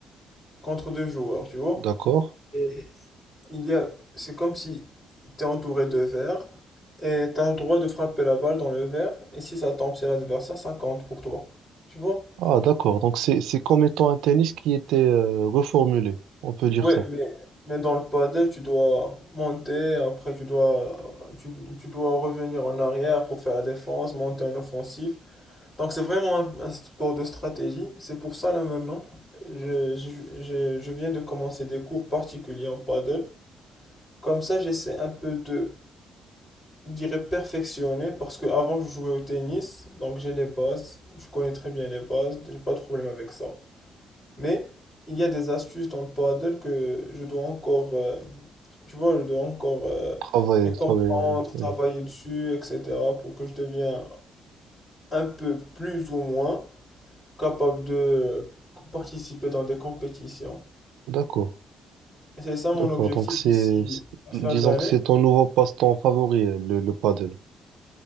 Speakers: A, on the left; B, on the right.
A: contre deux joueurs, tu vois.
B: D'accord.
A: Et il y a, c'est comme si tu es entouré de verres et tu as le droit de frapper la balle dans le verre. Et si ça tombe, c'est l'adversaire, ça compte pour toi. Tu vois?
B: Ah, d'accord. Donc, c'est, c'est comme étant un tennis qui était euh, reformulé. On peut dire
A: Ouais,
B: ça.
A: mais, mais dans le padel, tu dois monter, après tu dois, tu, tu dois revenir en arrière pour faire la défense, monter en offensif. Donc c'est vraiment un, un sport de stratégie. C'est pour ça là maintenant, je, je, je, je viens de commencer des cours particuliers en padel. Comme ça, j'essaie un peu de, je dirais, perfectionner parce que avant je jouais au tennis, donc j'ai les bases, je connais très bien les bases, j'ai pas de problème avec ça. Mais il y a des astuces dans le paddle que je dois encore, euh, tu vois, je dois encore euh,
B: Travailler,
A: les comprendre,
B: travailler. oui, oui.
A: travailler dessus, etc. pour que je devienne un peu plus ou moins capable de euh, participer dans des compétitions.
B: D'accord.
A: Et c'est ça mon
B: D'accord.
A: objectif
B: Donc, c'est,
A: d'ici
B: c'est-
A: la
B: disons
A: fin d'année.
B: que c'est ton nouveau passe-temps favori, euh, le, le paddle.